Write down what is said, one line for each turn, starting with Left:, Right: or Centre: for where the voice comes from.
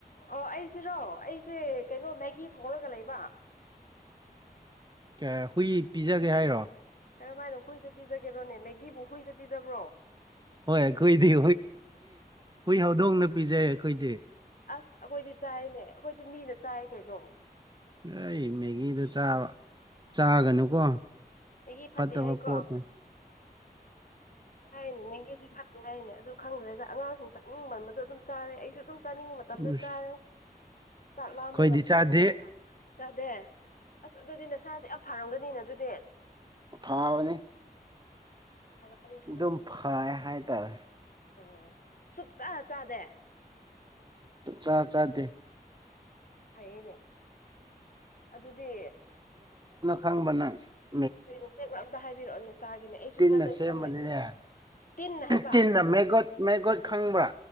Left: ꯑꯣ ꯑꯩꯁꯤꯔꯣ ꯑꯩꯁꯦ ꯀꯩꯅꯣ ꯃꯦꯒꯤ ꯊꯣꯛꯂꯒ ꯂꯩꯕ
Right: ꯀ ꯍꯨꯏ ꯄꯤꯖꯒꯦ ꯍꯥꯏꯔꯣ
Left: ꯀꯔꯝꯍꯥꯏꯅꯣ ꯍꯨꯏꯗ ꯄꯤꯖꯒꯦꯔꯣꯅꯦ ꯃꯦꯒꯤꯕꯨ ꯍꯨꯏꯗ ꯄꯤꯖꯕ꯭ꯔꯣ
Right: ꯍꯣꯏ ꯀꯣꯏꯗꯤꯏ ꯍꯧꯗꯣꯡꯅ ꯄꯖꯧ ꯑꯈꫭꯏꯗꯤ
Left: ꯑꯁ ꯑꯩꯈꯣꯏꯗꯤ ꯆꯥꯏꯅꯦ ꯑꯩꯈꯣꯏꯗꯤ ꯃꯤꯅ ꯆꯥꯏ ꯀꯩꯅꯣ
Right: ꯑꯩ ꯃꯦꯒꯤꯗꯨꯥꯕ ꯆꯥꯒꯅꯨꯀꯣ
Left: ꯃꯦꯒꯤ ꯐꯠꯇꯦ
Right: ꯐꯠꯇꯕ
Left: ꯍꯥꯏꯀꯣ
Right: ꯄꯣꯠ
Left: ꯍꯥꯏꯅꯦ ꯃꯦꯡꯒꯤꯁꯤ ꯐꯠꯇꯦ ꯍꯥꯏꯅꯦ ꯑꯗꯨ ꯈꯪꯗ꯭ꯔꯦꯗ ꯑꯉꯥꯡꯁꯤꯡ ꯆꯥꯅꯤꯡ ꯃꯥꯟꯕꯗꯣ ꯑꯗꯨꯝ ꯆꯥꯔꯦ ꯑꯩꯁꯨ ꯑꯗꯨꯝ ꯆꯥꯅꯤꯡꯕ ꯃꯇꯝꯗ
Right: ꯎꯁ
Left: ꯆꯥꯔꯦ ꯆꯥꯛ ꯂꯥꯝꯔꯒ
Right: ꯑꯩꯈꯣꯏꯗꯤ ꯆꯥꯗꯦ
Left: ꯊꯣꯡꯅꯤꯡꯗꯕ ꯀꯥꯟꯗ ꯆꯥꯗꯦ ꯑꯁ ꯑꯗꯨꯗꯤ ꯅꯁꯥꯁꯦ ꯌꯥꯝ ꯐꯥꯔꯝꯒꯅꯤꯅ ꯑꯗꯨꯗꯤ
Right: ꯐꯥꯕꯅꯤ
Left: ꯐꯔꯝꯒꯅꯤ ꯐꯔꯝꯒꯅꯤ
Right: ꯑꯗꯨꯝ ꯐꯥꯏ ꯍꯥꯏ ꯇꯔ
Left: ꯑꯣ ꯁꯨꯛꯆꯥꯥ ꯆꯥꯗꯦ
Right: ꯆꯥ ꯆꯥꯗꯦ
Left: ꯐꯩꯌꯦꯅꯦ ꯑꯗꯨꯗꯤ
Right: ꯐꯪ ꯃꯅꯨꯡ ꯑꯪ
Left: ꯀꯨꯏꯅꯣ ꯁꯦꯡꯕ ꯑꯝꯇ ꯍꯥꯏꯕꯤꯔꯛꯑꯣꯅꯦ ꯇꯥꯒꯦꯅꯦ ꯑꯩꯁꯨ
Right: ꯇꯤꯟꯅ
Left: ꯈꯔꯗꯤ
Right: ꯁꯦꯝꯕꯅꯤꯅꯦ
Left: ꯈꯪꯉꯦ ꯑꯗꯨ ꯇꯤꯟꯅ ꯍꯥꯏꯕ
Right: ꯇꯤꯟꯅ ꯃꯦꯒꯣꯠ ꯃꯦꯒꯣꯠ ꯈꯪꯕ꯭ꯔꯥ